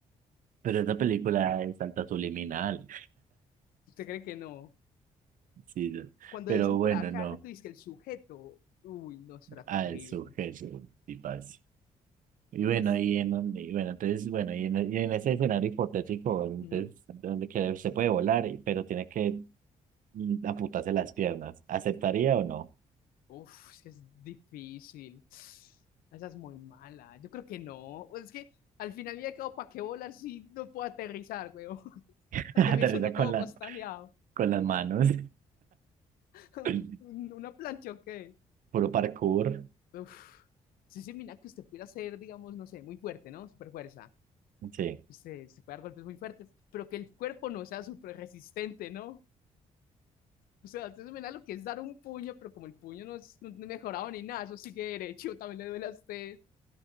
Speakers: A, on the right; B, on the left.
A: Pero esa película es alta subliminal.
B: ¿Usted cree que no?
A: Sí,
B: cuando
A: pero
B: dicen por
A: bueno,
B: acá,
A: no.
B: tú dices que el sujeto, uy, no, será
A: al
B: terrible.
A: sujeto, y parce. Y bueno,
B: Es,
A: y en un- y bueno, entonces, bueno, y en, y en ese escenario hipotético, entonces,
B: ujú.
A: donde que se puede volar, y- pero tiene que mm, amputarse las piernas, ¿aceptaría o no?
B: uf, es que es difícil. Esa es muy mala. Yo creo que no. Pues Es que al final ya quedado para qué volar si no puedo aterrizar, weón. <laughs>
A: <laughs>
B: Aterrizo
A: Aterriza
B: no
A: con
B: todo
A: la,
B: costaleado.
A: con las manos,
B: <laughs>
A: <laughs>
B: Una plancha, ¿o qué?
A: puro parkour,
B: Uf. Sí, sí, mira que usted pudiera ser, digamos, no sé, muy fuerte, ¿no? Super fuerza.
A: sí.
B: Usted se puede dar golpes muy fuertes, pero que el cuerpo no sea súper resistente, ¿no? O sea, entonces mira lo que es dar un puño, pero como el puño no es no es mejorado ni nada, eso sigue derecho, <laughs> también le duele a usted.